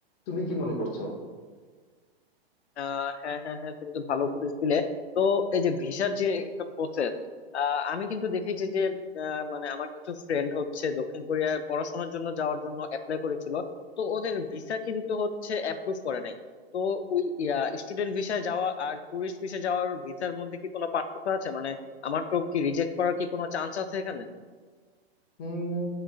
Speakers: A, on the left (about 40°); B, on the left (about 85°).
A: তুমি কি মনে করছো
B: আহ হ্যাঁ হ্যাঁ হ্যাঁ তুমি তো ভালো উপদেশ দিলে তো এই যে ভিসার যে একটা প্রসেস আমি কিন্তু দেখেছি যে আহ, মানে আমার কিছু ফ্রেন্ড হচ্ছে দক্ষিণ কোরিয়ায় পড়াশোনার জন্য যাওয়ার জন্য অ্যাপ্লাই করেছিল তো ওদের ভিসা কিন্তু হচ্ছে অ্যাপ্রুভ করে নাই তো ওই স্টুডেন্ট ভিসা যাওয়া আর টুরিস্ট ভিসা যাওয়ার ভিসার মধ্যে কি কোনো পার্থক্য আছে মানে আমার তো কি রিজেক্ট করার কি কোনো চান্স আছে এখানে
A: উম